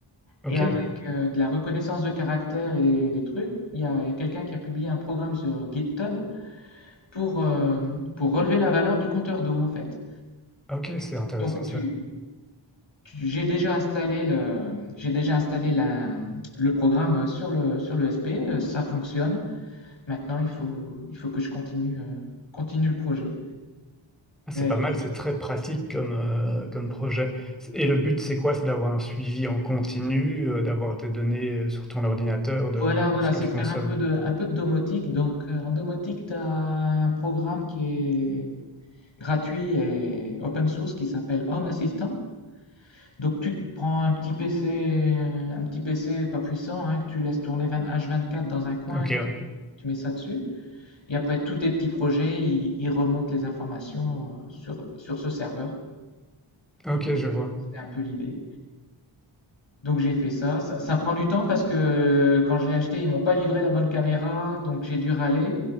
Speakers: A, in the centre; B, on the left (about 70°).
A: Ok.
B: et avec euh, de la reconnaissance de caractères et des, des trucs. Il y a, il y a quelqu'un qui a publié un programme sur GitHub pour, euh, pour relever la valeur du compteur d'eau en fait.
A: Ok, c'est intéressant
B: Donc
A: ça.
B: tu, tu- j'ai déjà installé le, j'ai déjà installé la- le programme sur le, sur le SP, euh, ça fonctionne. Maintenant, il faut, il faut que je continue, euh, continue le projet.
A: Ah, C'est
B: Mais-
A: pas mal,
B: mais
A: c'est très pratique comme, euh, comme projet. Et le but, c'est quoi? C'est d'avoir un suivi en continu, euh, d'avoir tes données euh, sur ton ordinateur de
B: voilà, voilà,
A: ce que
B: c'est
A: tu
B: de
A: consommes.
B: faire un peu de, un peu de domotique. Donc euh, en domotique, tu as un programme qui est gratuit et open source qui s'appelle Home Assistant. Donc tu te prends un petit PC, euh, un petit PC pas puissant, hein, que tu laisses tourner 20 H24 dans un coin
A: Ok,
B: et
A: ouais.
B: tu mets ça dessus. Et après tous tes petits projets, ils, ils remontent les informations euh, sur, sur ce serveur.
A: Ok,
B: Donc,
A: je vois.
B: c'est un peu l'idée. Donc, j'ai fait ça. ça. ça prend du temps parce que euh, quand je l'ai acheté, ils m'ont pas livré la bonne caméra, donc j'ai dû râler.